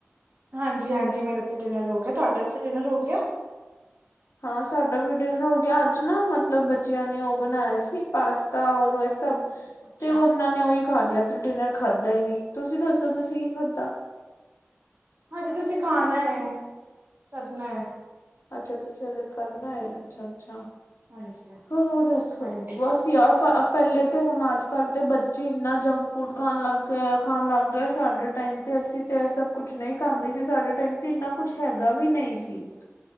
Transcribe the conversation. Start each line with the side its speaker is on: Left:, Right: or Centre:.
Right: ਹਾਂਜੀ-ਹਾਂਜੀ ਮੇਰੇ ਤੇ ਡਿਨਰ ਹੋ ਗਿਆ ਤੁਹਾਡੇ ਉੱਥੇ ਡਿਨਰ ਹੋ ਗਿਆ।
Left: ਹਾਂ ਸਾਡਾ ਵੀ ਡਿਨਰ ਹੋ ਗਿਆ ਅੱਜ ਨਾ ਮਤਲਬ ਬੱਚਿਆਂ ਨੇ ਉਹ ਬਣਾਇਆ ਸੀ ਪਾਸਤਾ ਔਰ ਇਹ ਸਭ।
Right: ਅੱਛਾ
Left: ਤੇ ਉਹਨਾਂ ਨੇ ਉਹੀ ਖਾ ਲਿਆ ਤੇ ਡਿਨਰ ਖਾਧਾ ਹੀ ਨੀ ਤੁਸੀਂ ਦੱਸੋ ਤੁਸੀਂ ਕੀ ਖਾਧਾ।
Right: ਹਾਂਜੀ ਤੁਸੀਂ ਖਾਣਾ ਹੈ ਕਰਨਾ।
Left: ਅੱਛਾ-ਅੱਛਾ-ਅੱਛਾ ਅਜੇ ਕਰਨਾ ਏ, ਅੱਛਾ-ਅੱਛਾ।
Right: ਹਾਂਜੀ।
Left: ਹੋ ਹੋਰ ਦੱਸੋ?
Right: ਹਾਂਜੀ
Left: ਬਸ ਯਾਰ ਅ ਪੈਲੇ ਤੇ ਹੁਣ, ਅੱਜ ਕੱਲ੍ਹ ਤੇ ਬੱਚੇ ਇੰਨਾ ਜੰਕ ਫੂਡ ਖਾਣ ਲੱਗ ਗਏ, ਏਹ ਖਾਣ ਲੱਗ ਗਏ, ਸਾਡੇ ਟਾਈਮ ਤੇ, ਅਸੀਂ ਤੇ ਏਹ ਸਭ ਕੁਛ ਨਈ ਖਾਂਦੇ ਸੀ। ਸਾਡੇ ਟਾਈਮ ਤੇ ਇੰਨਾ ਕੁਛ ਹੈਗਾ ਵੀ ਨਈ ਸੀ।